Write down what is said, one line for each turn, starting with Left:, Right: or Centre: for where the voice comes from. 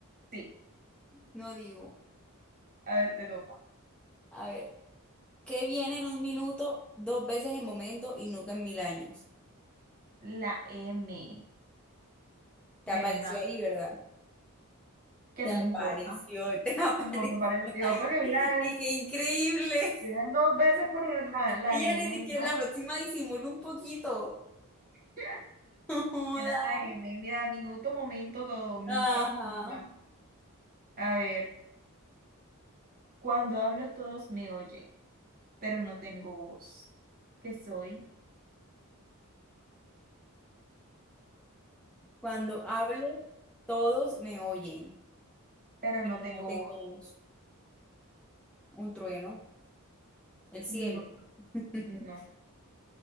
Right: sí.
Centre: No digo.
Right: A ver, te toca.
Centre: A ver, ¿qué viene en un minuto, dos veces en momento y nunca en mil años?
Right: La M
Centre: Te
Right: de
Centre: apareció
Right: mamá.
Centre: ahí, ¿verdad?
Right: ¿Qué
Centre: Te
Right: te
Centre: apareció,
Right: importa?
Centre: te <laughs> apareció
Right: Algo que pareció,
Centre: ahí.
Right: porque
Centre: Y
Right: mira, eh,
Centre: qué increíble.
Right: mira, dos veces por la, la
Centre: Ella
Right: M,
Centre: ni siquiera
Right: ¿verdad?
Centre: la próxima disimuló un poquito.
Right: <laughs>
Centre: <laughs> Joda.
Right: Era la M. Mira, minuto, momento, todo. Mi
Centre: Ajá.
Right: ex, ¿verdad? A ver, cuando hablo todos me oyen, pero no tengo voz. ¿Qué soy?
Centre: Cuando hablo, todos me oyen.
Right: pero
Centre: Y
Right: no tengo
Centre: no tengo
Right: voz.
Centre: voz. Un trueno, el cielo.
Right: No,
Centre: <laughs>
Right: no.